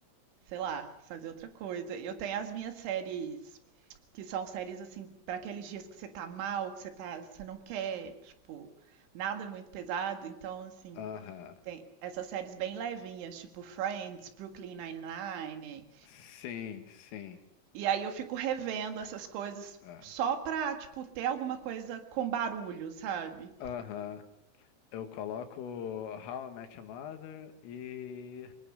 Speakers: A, on the right; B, on the left.
A: sei lá, fazer outra coisa. Eu tenho as minhas séries, que são séries assim, para aqueles dias que você tá mal, que você tá, você não quer, tipo, nada muito pesado, então assim,
B: Aham.
A: tem essas séries bem levinhas, tipo Friends, Brooklyn Nine-Nine.
B: Sim, sim.
A: E aí eu fico revendo essas coisas
B: é.
A: só pra, tipo, ter alguma coisa com barulho, sabe?
B: Aham. Eu coloco How I Met Your Mother e